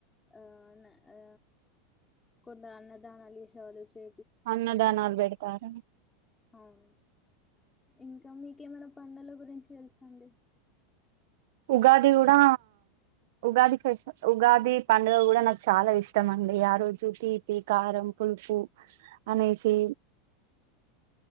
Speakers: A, on the left (about 15°); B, on the right (about 70°).
A: ఆ న ఆ కొందరు అన్నదానాలు చేశే వాళ్ళు చే
B: అన్నదానాలు పెడతార.
A: అవును ఇంకా మీకేమైనా పండుగల గురించి తెలుసా అండి.
B: ఉగాది కూడా ఉగాది ఫేస్ ఉగాది పండుగ కూడా నాకు చాలా ఇష్టం అండి. ఆ రోజు తీపి, కారం, పు పులుపు అనేసి